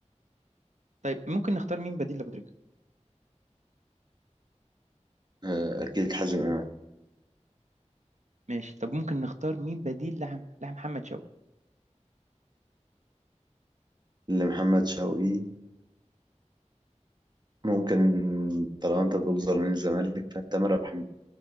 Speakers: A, on the right (about 70°); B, on the right (about 35°).
A: طيب ممكن نختار مين بديل لأبو تريكة
B: آه، أكيد حازم إمام
A: ماشي طب ممكن نختار مين بديل لعم... لمحمد شوقي
B: لمحمد شوقي ممكن طالما انت بتقول زرمين الزمالك فانت ربح